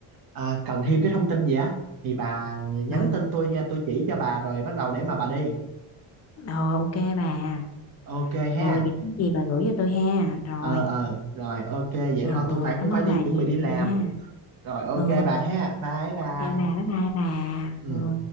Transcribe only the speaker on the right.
à, cần thêm cái thông tin gì á thì bà nhắn
tin tôi nha tôi chỉ cho bà rồi bắt đầu để mà bà đi
ok ha
ờ ờ rồi ok vậy
thôi
tôi phải cũng
phải
đi
chuẩn bị đi làm
rồi ok
bà ha bye bye
ừ